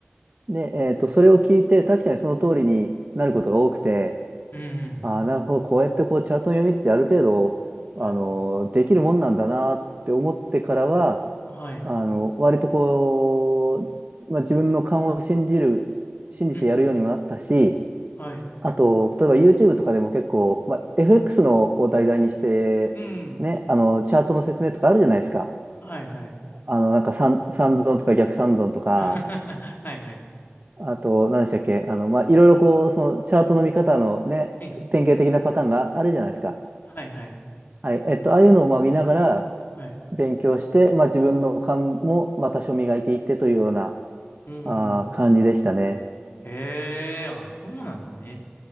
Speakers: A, on the right; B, on the left.
A: で、えっと、それを聞いて、確かにその通りになることが多くて、
B: うん、うん、うん
A: ああ、なるほど。こうやってこうチャートの読みってある程度、
B: はい、
A: あの、できるもんなんだなって思ってからは、
B: はい。
A: あの、割とこう、まあ、自分の勘を信じる、信じてやるようにもなったし、
B: うん、うん、はい、
A: あと、例えば YouTube とかでも結構、まあ、FX
B: はい。
A: のを題材にして、
B: うん、
A: ね、あの、チャートの説明とかあるじゃないですか。
B: そうですね。はい、はい。
A: あの、なんか三、三損とか逆三損とか、
B: <laughs> はいはい。
A: あと、何でしたっけ、あの、まあ、いろいろこう、そのチャートの見方のね、
B: うん。
A: 典型的なパターンがあるじゃないですか。
B: はいはい。
A: はい。えっと、ああいうのをまあ見ながら
B: はい。
A: 勉強して、まあ自分の勘もまあ多少磨いていってというような、
B: うー
A: あー感じでしたね。
B: ん。へえ、あ、そうなんですね。